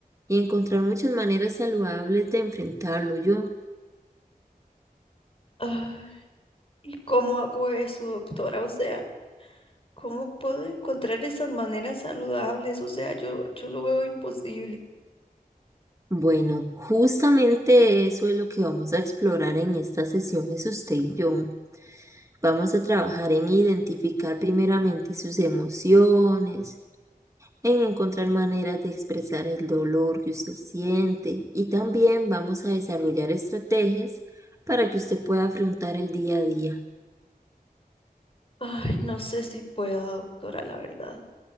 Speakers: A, on the right; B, on the left.
A: y encontrar muchas maneras saludables de enfrentarlo. Yo,
B: Ay, ¿Y cómo hago eso, doctora? O sea, ¿cómo puedo encontrar esas maneras saludables? O sea, yo, yo lo veo imposible.
A: bueno, justamente eso es lo que vamos a explorar en estas sesiones usted y yo. Vamos a trabajar en identificar primeramente sus emociones en encontrar maneras de expresar el dolor que usted siente y también vamos a desarrollar estrategias para que usted pueda afrontar el día a día.
B: Ay, no sé si pueda, doctora, la verdad.